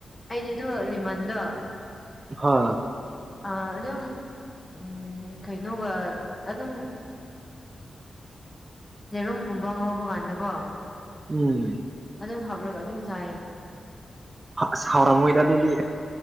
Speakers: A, on the left (about 20°); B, on the right (about 35°).
A: ꯑꯩꯗꯤ ꯗꯨ ꯂꯤꯃꯟꯗꯣ
B: ꯍꯥ
A: ꯑꯥ ꯑꯗꯨꯝ ꯎꯝ ꯀꯩꯅꯣꯒ ꯑꯗꯨꯝ ꯖꯦꯔꯨꯝꯒꯨꯝꯕ ꯉꯧꯕ ꯀꯥꯟꯗꯀꯣ
B: ꯎꯝ
A: ꯑꯗꯨꯝ ꯍꯥꯞꯔꯒ ꯑꯗꯨꯝ ꯆꯥꯏ
B: ꯑꯁ ꯍꯥꯎꯔꯝꯃꯣꯏꯗ ꯑꯗꯨꯗꯤ